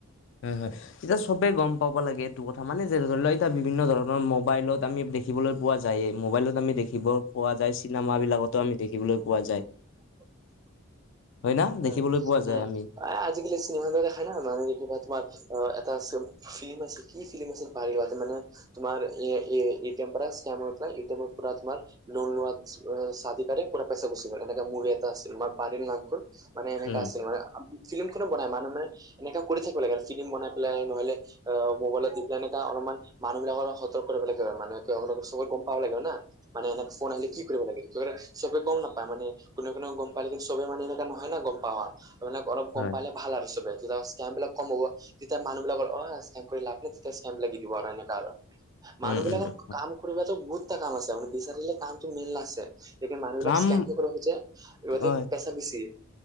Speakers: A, on the left; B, on the right.
A: হয় হয় এতিয়া চবে গম পাব লাগে এইটো কথা মানে যেনে ধৰি লোৱা এতিয়া বিভিন্ন ধৰণৰ মোবাইলত আমি দেখ দেখিবলৈ পোৱা যায়ে মোবাইলত আমি দেখিব পোৱা যায় চিনেমাবিলাকতো আমি দেখিবলৈ পোৱা যায়
B: <inaudible>
A: হয় না
B: উম
A: দেখিবলৈ পোৱা যায়
B: উম
A: আমি
B: আজিকালি চিনেমাতে দেখা না মানুহ গিত <unintelligible> তোমাৰ অ এটা ফিল্ম আছিল কি ফিল্ম আছিল পাৰিলোৱাত মানে তোমাৰ এ এ এটিএম পৰা স্কেমৰ পৰা এটিএম পৰা তোমাৰ লোন লোৱা চাদি কৰে পোৰা পইচা গুছি গ'ল এনেকা মোভি এটা আছিল মই পাৰিল নামটো মানে এনেকা
A: উম
B: আছিল মানে ফিল্মিখনো বনাই মানুহে মানে এনেকা কৰি থাকিব লাগে ফিল্ম বনাই পেলাই নহলে অ মোবাইলত দি পেলাই এনেকা অলমান মানুহ বিলাকৰ সতৰ্ক কৰিব লাগিব মানে তেওঁলোকো চবত গম পাব লাগিব না মানে এনেক ফোন আহিলে কি কৰিব লাগিল চবেৰে চবে গম নাপায় মানে কোনে কোনে গম পালে কিন্তু চবে মানে এনে নহয় না গম পাৱা মানে অলপ গম
A: হয়
B: পালে ভাল আৰু চবে তেতিয়া স্কেমবিলাক কম হ'ব তেতিয়া মানুহ বিলাকৰ অ স্কেম কৰি লাভ তেতিয়া স্কেমবিলাক এৰি দিব আৰু এনেকা আৰু মানুহ
A: উম
B: বিলাকক
A: উম উম
B: কাম কৰিবাতো বহুটা কাম আছে মানে বিচাৰিলে কামতো মেইনলা আছে মানুহবিলাক
A: কাম
B: স্কেন কৰিব খোজো গোটেই
A: অ
B: পেচা গুচি যায়